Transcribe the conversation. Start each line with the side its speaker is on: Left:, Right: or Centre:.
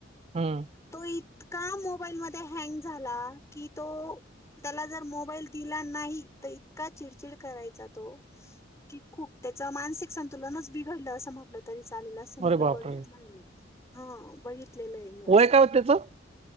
Right: हम्म
Left: तो इतका मोबाईल मध्ये हँग झाला. की तो, त्याला जर मोबाईल दिला नाही तर इतका चिडचिड करायचा तो- की खूप त्याच मानसिक, संतुलनच बिघडल अस म्हटलं तरी चालेल. अस
Right: अरे
Left: मुल
Right: बापरे!
Left: बघितलंयी ह बघितलं आहे मी अस.
Right: वय काय होत त्याचं?